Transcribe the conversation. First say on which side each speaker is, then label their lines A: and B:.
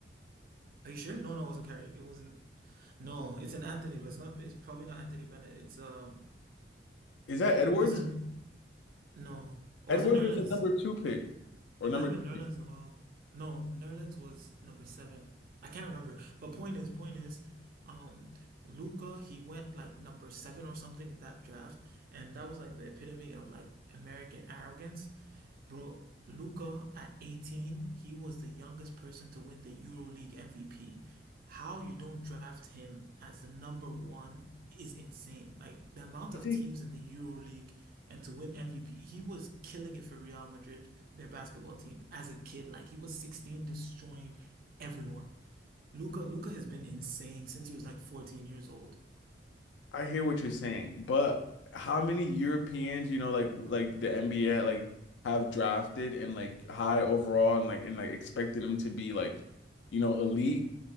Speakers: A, on the right; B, on the left.
A: Are you sure? No, no, it wasn't Carey. It wasn't. No, it's an Anthony, but it's not. It's probably not Anthony Bennett. It's um.
B: Is that Edwards?
A: It wasn't. No, it
B: Edwards
A: wasn't Nerlens.
B: was the number two pick or
A: It
B: number
A: might have
B: three.
A: been Nerlens Noel. No, Nerlens was number seven. I can't remember. But point is, point is, um, Luca, he went like number seven or something in that draft, and that was like the epitome of like American arrogance. Bro, Luca at 18, he was the youngest person to win the EuroLeague MVP. How you don't draft him as the number one is insane. Like the amount
B: I
A: of
B: think
A: teams in the EuroLeague and to win MVP, he was killing it for Real Madrid, their basketball team, as a kid. Like he was 16, destroying everyone. Luca, Luca has been insane since he was like 14 years old.
B: I hear what you're saying, but how many Europeans, you know, like like the NBA like have drafted and like high overall and like and like expected them to be like, you know, elite